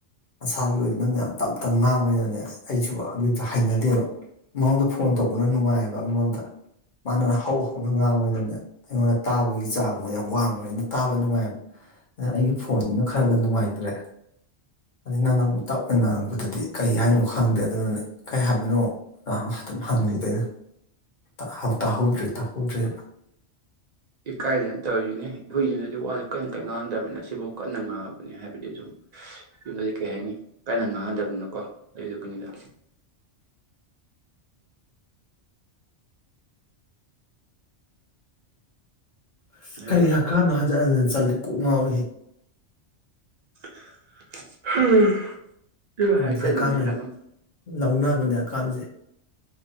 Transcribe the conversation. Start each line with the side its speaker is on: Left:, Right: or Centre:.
Left: ꯃꯁꯥꯒꯤ ꯑꯣꯏꯅ ꯅꯪꯅ ꯌꯥꯝ ꯇꯞ ꯇꯞ ꯉꯥꯡꯕꯅꯤꯅꯅꯦ ꯑꯩꯁꯨ ꯑꯗꯨꯗꫭ ꯍꯩꯅꯗꯦꯕ ꯃꯉꯣꯟꯗ ꯐꯣꯟ ꯇꯧꯕꯅ ꯅꯨꯡꯉꯥꯏꯌꯦꯕ ꯑꯃꯔꯣꯝꯗ ꯃꯥꯅ ꯍꯧ ꯍꯧꯅ ꯉꯥꯡꯕꯣꯏꯗꯕꯅꯦ ꯑꯩꯉꯣꯟꯗ ꯇꯥꯕꯒꯤ ꯆꯥꯡꯗꯣ ꯌꯥꯝ ꯋꯥꯡꯕꯅꯤꯅ ꯇꯥꯕ ꯅꯨꯡꯉꯥꯏꯕ ꯑꯗꯨꯅ ꯑꯩꯒꯤ ꯐꯣꯟꯁꯤꯅ ꯈꯔꯒ ꯅꯨꯡꯉꯥꯏꯇ꯭ꯔꯦ ꯑꯗꯩ ꯅꯪꯅ ꯑꯃꯨꯛ ꯇꯞꯅ ꯉꯥꯡꯉꯛꯄꯗꯗꯤ ꯀꯩ ꯍꯥꯏꯅꯣ ꯈꯪꯗꯦ ꯑꯗꯨꯗꯨꯅ ꯀꯩ ꯍꯥꯏꯕꯅꯣ ꯑꯗꯨꯝ ꯍꯪꯂꯩꯗꫭ ꯑꯩꯅ ꯇꯥꯍꯧ ꯇꯥꯍꯧꯗ꯭ꯔꯦ ꯇꯥꯍꯧꯗ꯭ꯔꯦꯅ
Right: ꯏꯀꯥꯏꯗꯅ ꯇꯧꯔꯤꯅꯤ <unintelligible> ꯋꯥꯁꯨ ꯀꯟ ꯀꯟ ꯉꯥꯡꯗꯕꯅꯤꯅ ꯁꯤꯕꯥꯎ ꯀꯟꯅ ꯉꯥꯡꯕ ꯍꯥꯏꯕꯗꯤ ꯁꯨꯝ ꯌꯨꯝꯗꯗꯤ ꯀꯩ ꯍꯥꯏꯅꯤ ꯀꯟꯅ ꯉꯥꯡꯉꯅꯗꯕꯅꯤꯅꯀꯣ ꯑꯗꯨꯗꯨ ꯒꯤꯅꯤꯗ
Left: ꯑꯁ
Right: ꯍꯥꯏꯗꯤ
Left: ꯀꯩ ꯍꯀꯥꯝꯅꫭ ꯍꯟꯖꯟ ꯍꯟꯖꯟ ꯆꯜꯂꯤ ꯀꯣꯛ ꯉꯥꯎꯋꯤꯍꯦ
Right: <unintelligible> <unintelligible>
Left: ꯎꯝ ꯍꯛꯀꯥꯝꯁꯦ ꯂꯧꯅꯕꯅꯦ ꯍꯀꯥꯝꯁꯦ